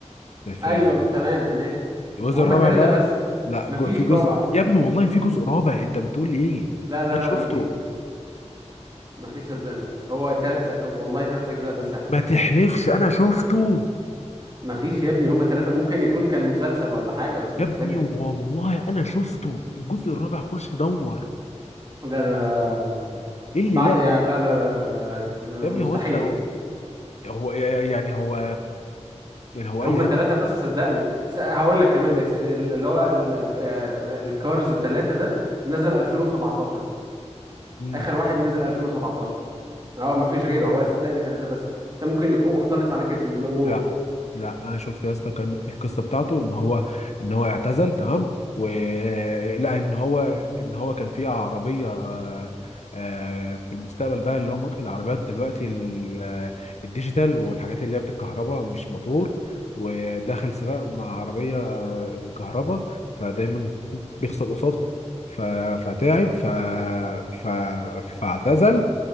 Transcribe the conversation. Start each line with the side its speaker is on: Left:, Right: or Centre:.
Left: زي فراري
Right: ايوه تمام ماشي
Left: الجزء
Right: هما
Left: الرابع
Right: تلاتة
Left: بقى
Right: بس
Left: لا
Right: مفيش
Left: جو... في جزء
Right: رابعة
Left: يا ابني والله في جزء رابع أنت بتقول لي إيه
Right: لا لا
Left: أنا شفته
Right: لا مفيش مفيش مفيش صدقني هو تلات صدق والله تلات اجزاء بس يا حسين
Left: ما تحلفش أنا شفته
Right: مفيش يا ابني هما تلاتة ممكن يكون كان مسلسل ولا حاجة بس مش
Left: يا ابني
Right: فيلم
Left: والله أنا شفته الجزء الرابع خش دور
Right: لا لا لا
Left: إيه اللي
Right: بعد
Left: لا
Right: يعني
Left: لا
Right: لا لا لا, لا لا،
Left: يا ابني
Right: مستحيل
Left: هو أنت هو هو يعني هو يعني هو
Right: هما
Left: اي
Right: ثلاثة بس صدقني س- هقول لك كمان الس- اللي هو ال- آه، الكارز ثلاثة ده نزل 2017
Left: مم.
Right: آخر واحد نزل 2017 هو مفيش غيره هو صدقني ثلاثة بس انت ممكن يكون مختلط عليك الأمور
Left: لا لا انا شفت يا اسطى كان القصه بتاعته ان هو ان هو اعتزل تمام ولا ان هو ان هو كان في عربيه آه، آه، في المستقبل بقى اللي هم العربيات دلوقتي ال- الديجيتال والحاجات اللي هي بتتكهرباء مش موتور ودخل سباق مع عربيه كهرباء فدايما بيخسر قصادها ف- فتعب ف... ف... فاعتزل